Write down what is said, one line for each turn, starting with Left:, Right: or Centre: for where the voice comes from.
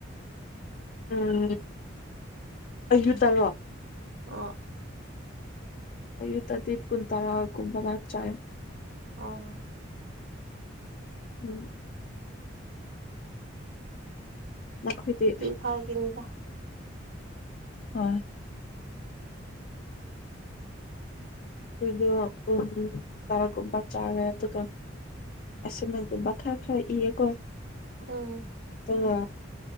Left: ꯎꯝ ꯑꯌꯨ ꯇꯔꯣ
Right: ꯑ <unintelligible> <inaudible>
Left: ꯑꯩꯌꯨ ꯑꯗꯤꯕ ꯀꯨꯟꯇꯔꯥ ꯍꯀꯨꯝꯕꯅꯥ ꯆꯥꯏ
Right: ꯑꯥ <unintelligible> <inaudible>
Left: ꯎꯝ ꯅꯈꯣꯏꯗꯤ
Right: ꯐꯥ ꯀꯗ
Left: ꯍꯣꯏ ꯑꯗꯨꯗ ꯑꯄ ꯇꯔꯥꯒꯨꯞꯄꯥ ꯆꯥꯗꯨ ꯀ ꯑꯁ ꯅꯒꯨꯝꯕ ꯈꯔ ꯈꯔ ꯏꯌꯦꯀꯣ
Right: ꯎꯝ
Left: ꯑꯗꯨꯒ